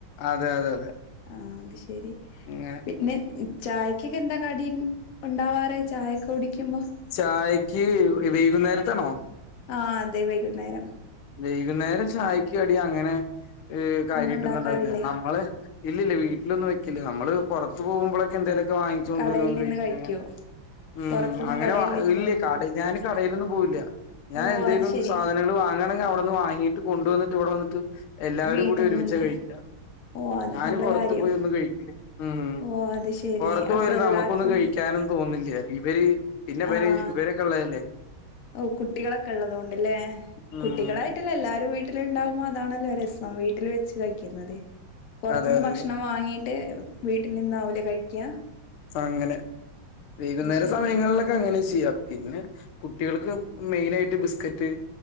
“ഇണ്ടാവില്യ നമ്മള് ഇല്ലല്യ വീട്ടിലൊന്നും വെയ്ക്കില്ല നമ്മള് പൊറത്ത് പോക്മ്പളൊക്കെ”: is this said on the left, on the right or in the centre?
Left